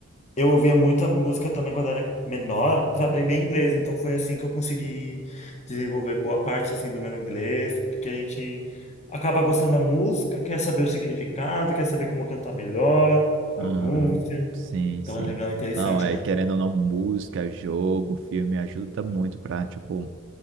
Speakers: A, on the left; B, on the right.
A: eu ouvia muita música também quando era menor para aprender inglês, então foi assim que eu consegui desenvolver boa parte assim do meu inglês, porque a gente acaba gostando da música, quer saber o significado, quer saber como cantar melhor, pronúncia.
B: Aham, Sim,
A: Então
B: sim.
A: é legal, interessante,
B: Não, é
A: né?
B: querendo ou não, música, jogo, filme ajuda muito pra, tipo,